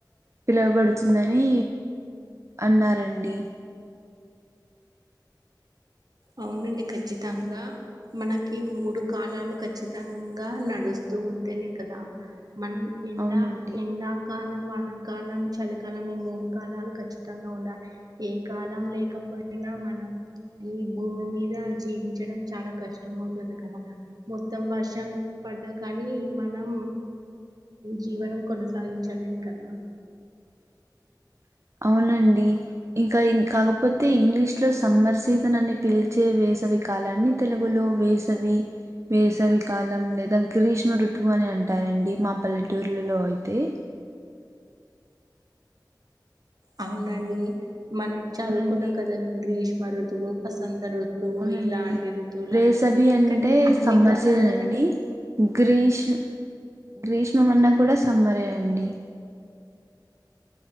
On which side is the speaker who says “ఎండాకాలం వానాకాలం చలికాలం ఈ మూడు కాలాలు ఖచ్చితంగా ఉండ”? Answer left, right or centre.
Right